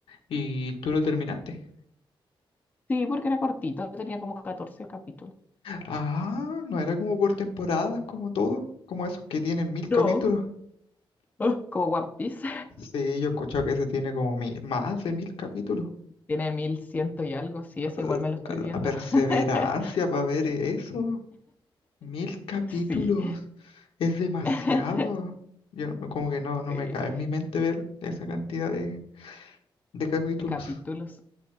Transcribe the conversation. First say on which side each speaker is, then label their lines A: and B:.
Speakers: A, on the left; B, on the left.
A: ¿Y tú lo terminaste?
B: Sí, porque era cortito, tenía como 14 capítulos.
A: Ah, no era como por temporadas, como todos, como esos que tienen mil
B: No,
A: capítulos.
B: ah, como One Piece.
A: Sí, yo he escuchado que ese tiene como mil, más de mil capítulos.
B: <laughs> Tiene mil ciento y algo, sí, ese
A: La
B: igual me lo estoy viendo.
A: la perseverancia
B: <laughs>
A: para ver eso, mil capítulos,
B: Sí,
A: es demasiado.
B: <laughs>
A: Yo no- como que no, no
B: sí,
A: me cae en mi mente ver esa cantidad de, de capítulos.
B: de capítulos.